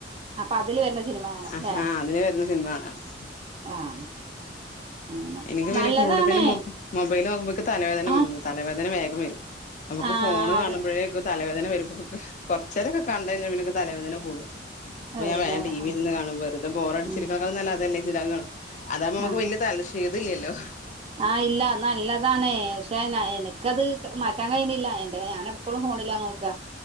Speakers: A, on the right; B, on the left.
A: അപ്പൊ അതില് വരുന്ന സിനിമ കാണും
B: ആഹാ
A: ല്ലേ
B: അതിന് വരുന്ന സിനിമകാണാണ്ട്..
A: ആഹ് അങ്ങനെ
B: ഇനിക്ക്പിന്നെ
A: നല്ലതാണ്
B: കൂടുതല് മൊബൈല് നോക്ക്മ്പൊ ഇൻക്ക് തലവേദനമ്
A: ആഹ്
B: തലവേദന വേഗം വരും നമുക്ക്
A: ആഹ്
B: ഫോണ് കാണുമ്പഴെ
A: അത്
B: ക്ക് തലവേദനവരുമ്പക്കക്ക് കൊറച്ചേരക്ക കണ്ടയിഞ്ഞപിന്നങ്ങ് തലവേദന കൂടും അപ്പൊ
A: വരൂലേ
B: ഞാവേ ടിവിര്ന്ന്
A: ആഹ്
B: കാണുംവെറുതെ ബോറടിചിരിക്കണക്കാളും
A: ഉം
B: നല്ലത് അതല്ലേച്ച്ട്ട് കാണും അതാവുമ്പോ ഞമ്മക്ക്
A: ആഹ്
B: വല്ല്യതല ചെയ്തില്ല്യല്ലോ
A: ആഹ് ഇല്ലള്ളാ അല്ലത് അതാണ്ക്ഷെയ്ന എനിക്കത് മാറ്റാകയ്യിണില്ല എന്റെ അ ഞാനെപ്പളും ഫോണിലാനോക്കാ